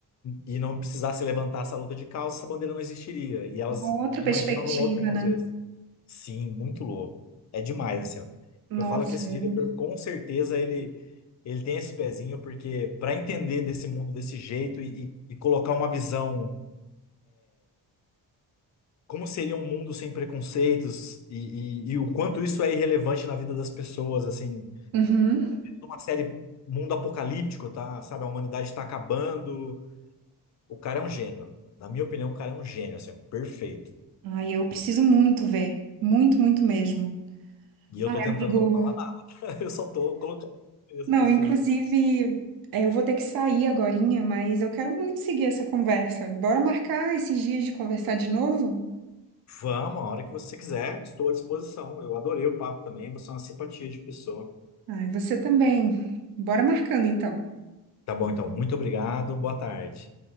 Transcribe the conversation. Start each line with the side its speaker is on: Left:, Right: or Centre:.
Left: e não precisasse levantar essa luta de causa, essa bandeira não existiria. E elas
Right: uma outra
Left: imaginam
Right: perspectiva,
Left: num outro contexto.
Right: né?
Left: Sim, muito louco. É demais, assim, ó.
Right: Nossa.
Left: Eu falo que esse
Right: eu-
Left: diretor, com certeza, ele, ele tem esse pezinho, porque para entender desse mundo desse jeito e, e- e colocar uma visão, como seria um mundo sem preconceitos e, e- e o quanto isso é irrelevante na vida das pessoas, assim,
Right: Uhum.
Left: uma série mundo apocalíptico, tá? Sabe, a humanidade está acabando. O cara é um gênio. Na minha opinião, o cara é um gênio, assim, perfeito.
Right: Ai, eu preciso muito ver. Muito, muito mesmo.
Left: E eu
Right: Ai,
Left: tô tentando
Right: amigo.
Left: não falar nada. <laughs> Eu só tô colocando texto
Right: Não,
Left: assim.
Right: inclusive, é, eu vou ter que sair agorinha, mas eu quero muito seguir essa conversa. Bora marcar esses dias de conversar de novo?
Left: Vamos, a hora que você quiser, estou à disposição. Eu adorei o papo também, você é uma simpatia de pessoa.
Right: Ai, você também. Bora marcando então.
Left: Tá bom, então, muito obrigado, boa tarde.